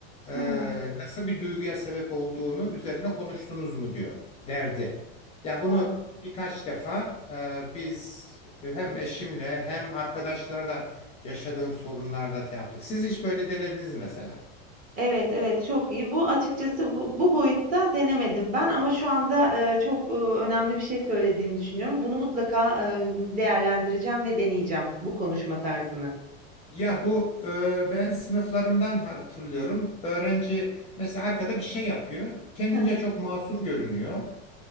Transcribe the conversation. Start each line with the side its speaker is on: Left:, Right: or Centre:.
Left: e,
Right: hı hı.
Left: nasıl bir duyguya sebep olduğunu üzerine konuştunuz mu diyor derdi. Yani bunu
Right: Ah,
Left: birkaç defa e, biz hem eşimle hem arkadaşlarla yaşadığım sorunlarda şey yaptık. Siz hiç böyle denediniz mi mesela?
Right: Evet, evet. Çok iyi. Bu açıkçası bu, bu boyutta denemedim ben ama şu anda e, çok e, önemli bir şey söylediğini düşünüyorum. Bunu mutlaka e, değerlendireceğim ve deneyeceğim bu konuşma tarzını.
Left: Ya bu e, ben sınıflarımdan hatırlıyorum. Öğrenci mesela arkada bir şey yapıyor. Kendince
Right: Hı hı.
Left: çok masum görünüyor.